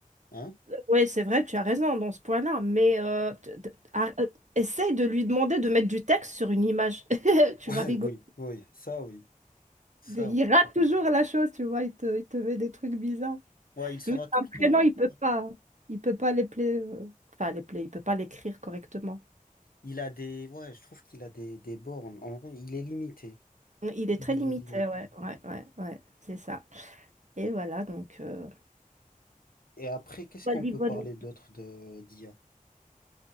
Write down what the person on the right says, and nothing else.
Oui, c'est vrai, tu as raison dans ce point-là, mais euh, t- t- ar- euh, essaye de lui demander de mettre du texte sur une image. <laughs>
Tu
vas rigoler.
Il
rate toujours la chose, tu vois, il te, il te met des trucs bizarres.
Mais
un
prénom,
il peut pas. Il peut pas les pla- euh, Enfin, les play. il peut pas l'écrire correctement.
Il est
très
limité,
ouais, ouais, ouais, ouais, c'est ça. Et voilà, donc... euh,
Wally
Walou.